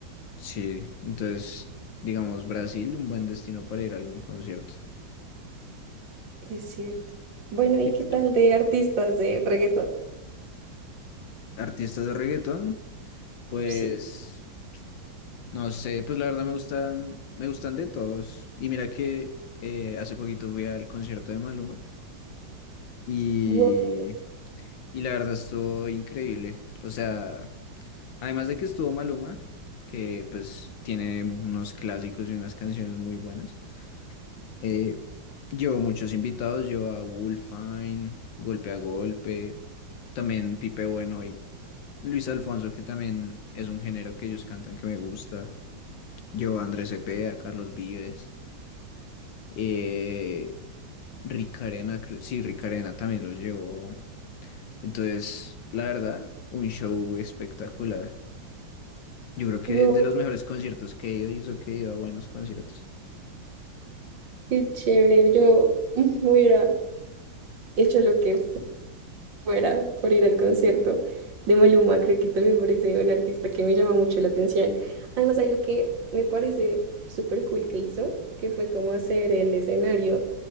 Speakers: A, on the left; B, on the right.
A: sí, entonces, digamos, Brasil, un buen destino para ir a algún concierto.
B: Es cierto. Bueno,
A: Y
B: ¿y qué
A: t-
B: tal de artistas de reggaetón?
A: artistas de reggaetón, pues...
B: Sí.
A: No sé, pues la verdad me gustan, me gustan de todos. Y mira que eh, hace poquito fui al concierto de Maluma y,
B: Wow.
A: y la verdad estuvo increíble. O sea, además de que estuvo Maluma, que pues tiene unos clásicos y unas canciones muy buenas, eh, llevó muchos invitados, llevó a Wolfine, Golpe a Golpe, también Pipe Bueno y Luis Alfonso, que también es un género que ellos cantan que me gusta. Llevó a Andrés Cepeda, a Carlos Vives. Eh, Rick Arena, creo- sí, Rick Arena también los llevó. Entonces, la verdad, un show espectacular. Yo creo que
B: Wow.
A: de los mejores conciertos que he ido y eso que he ido a buenos conciertos.
B: Qué chévere. Yo <laughs> mm, hubiera hecho lo que fuera por ir al concierto de Maluma. Creo que también me parece un artista que me llama mucho la atención. Además, algo que me parece súper cool que hizo, que fue como hacer el escenario